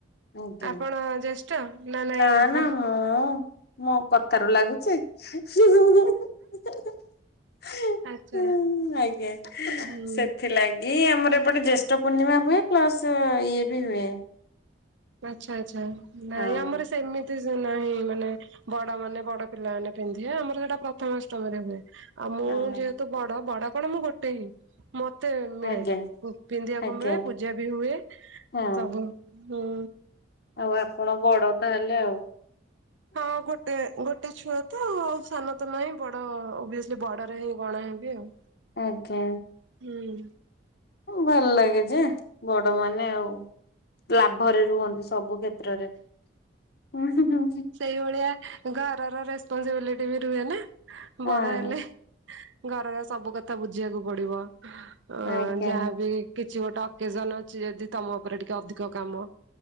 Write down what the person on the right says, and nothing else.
ଆପଣ ଜ୍ୟେଷ୍ଠ ନାଇଁ
ଆପଣ
ଆଚ୍ଛା
ହୁଁ
ଆଚ୍ଛା ଆଚ୍ଛା ନାଇଁ
ଆମର ସେମିତି ସେ ନାହିଁ ମାନେ ବଡମାନେ ବଡ ପିଲାମାନେ ପିନ୍ଧିବେ ଆମର ସେଟା ପ୍ରଥମାଷ୍ଟମୀରେ ହୁଏ। ଆଉ ମୁଁ
ଯେହେତୁ ବଡ ବଡ କଣ ମୁଁ ଗୋଟେ ହିଁ ମ କେତେ ମିଳେ
ପିନ୍ଧିବାକୁ
ମିଳେ ପୂଜା ବି ହୁଏ
ସବୁ ହୁ
ହଁ ଗୋ ଗୋଟେ ଛୁଆ ତ ଆଉ ସାନ ତ ନାହିଁ ବଡ ଓଭିଅସଲି ବଡରେ ହଇଁ ଗଣା ହେବି ଆଉ।
ହୁଁ।
ସେଇଭଳିଆ ଘରର ରେସପନସିବିଲିଟି ବି ରୁହେ ନା। ବଡ
ହେଲେ ଘରର ସବୁ କଥା ବୁଝିବାକୁ ପଡିବ। ଅ
ଯାହାବି କିଛି ଗୋଟେ ଅକେଜନ ଅଛି ଯଦି ତମ ଉପରେ ଟିକେ ଅଧିକ କାମ।